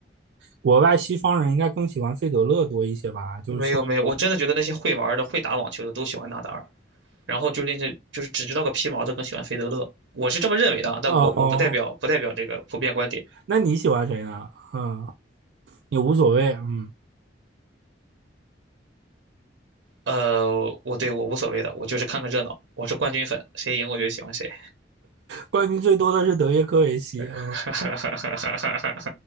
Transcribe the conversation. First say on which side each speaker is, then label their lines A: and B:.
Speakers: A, on the right; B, on the right.
A: 国外西方人应该更喜欢费德勒多一些吧？就是说，
B: 没有没有，我真的觉得那些会玩的、会打网球的都喜欢纳达尔，然后就那些就是只知道个皮毛的更喜欢费德勒，我是这么认为的啊，但我我不代表不代表这个普遍观点，
A: 哦，那你喜欢谁呢？嗯，也无所谓。嗯，
B: 呃，我对我无所谓的，我就是看看热闹，我是冠军粉，谁赢我就喜欢谁。
A: 冠军最多的是德约科维奇。嗯
B: <laughs> 哈，哈哈哈哈哈